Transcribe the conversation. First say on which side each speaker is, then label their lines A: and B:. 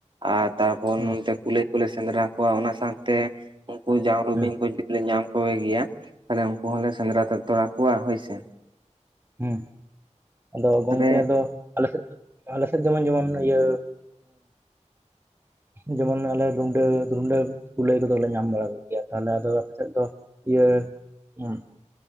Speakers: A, on the right (about 40°); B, on the right (about 20°).
A: ᱟᱨ ᱛᱟᱨᱯᱚᱨ
B: ᱦᱮᱸ
A: ᱱᱚᱱᱛᱮ ᱠᱩᱞᱟᱹᱭ ᱠᱚᱞᱮ ᱥᱮᱸᱫᱽᱨᱟ ᱠᱚᱣᱟ, ᱚᱱᱟ ᱥᱟᱶᱛᱮ ᱩᱱᱠᱩ ᱡᱟᱸᱣᱭᱩ
B: ᱦᱮᱸ
A: ᱵᱤᱧ ᱠᱚ ᱡᱩᱫᱤ ᱞᱮ ᱧᱟᱢ ᱠᱚᱭ ᱜᱮᱭᱟ ᱛᱟᱦᱚᱞᱮ ᱩᱱᱠᱩ ᱦᱚᱸᱞᱮ ᱥᱮᱸᱫᱽᱨᱟ ᱛᱚᱨᱟ ᱠᱚᱣᱟ ᱦᱳᱭᱥᱮ
B: ᱦᱩᱸ ᱟᱫᱚ
A: ᱛᱟᱦᱚᱞᱮ
B: ᱜᱚᱝᱠᱮ ᱟᱫᱚ ᱟᱞᱮ ᱥᱮᱫ ᱫᱚ ᱟᱞᱮᱥᱮᱫ ᱫᱚ ᱡᱮᱢᱚᱱ ᱡᱮᱢᱚᱱ ᱤᱭᱟᱹ ᱡᱚᱢᱚᱱ ᱟᱞᱮ ᱨᱩᱸᱰᱟᱹ ᱨᱩᱸᱰᱟᱹ ᱠᱩᱞᱟᱹᱭ ᱠᱚᱫᱚᱞᱮ ᱧᱟᱢ ᱵᱟᱲᱟ ᱠᱚᱜᱮᱭᱟ, ᱛᱟᱦᱞᱮ ᱟᱫᱚ ᱟᱯᱮᱥᱮᱫ ᱫᱚ? ᱤᱭᱟᱹ <inaudible>